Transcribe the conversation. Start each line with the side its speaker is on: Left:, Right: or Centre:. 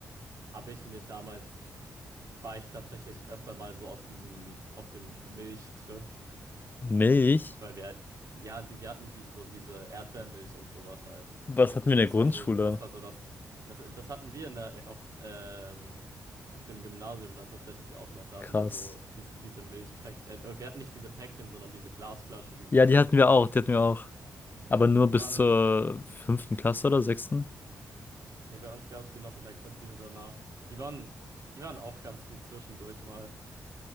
Right: habe ich mir damals war ich tatsächlich öfter mal so auf diesem, auf dem Milchtrip,
Left: Milch?
Right: weil wir, halt- ja, die, wir hatten die, so diese Erdbeermilch und sowas halt.
Left: Was hatten wir in der
Right: Das
Left: Grundschule?
Right: war so, das war so das, das, das hatten wir in der, auf, ähm, auf dem Gymnasium dann tatsächlich auch noch. Da hatten
Left: Krass.
Right: wir so diese, diese Milchpäckchen, äh, äh, wir hatten nicht diese Päckchen, sondern diese Glasflaschen, diese
Left: Ja,
Right: kleinen.
Left: die hatten wir auch, die hatten wir auch. Aber nur
Right: Die
Left: bis
Right: waren,
Left: zur fünften Klasse oder sechsten.
Right: nee, bei uns gab es die noch in der Kantine danach. Die waren, die waren auch ganz gut zwischendurch mal.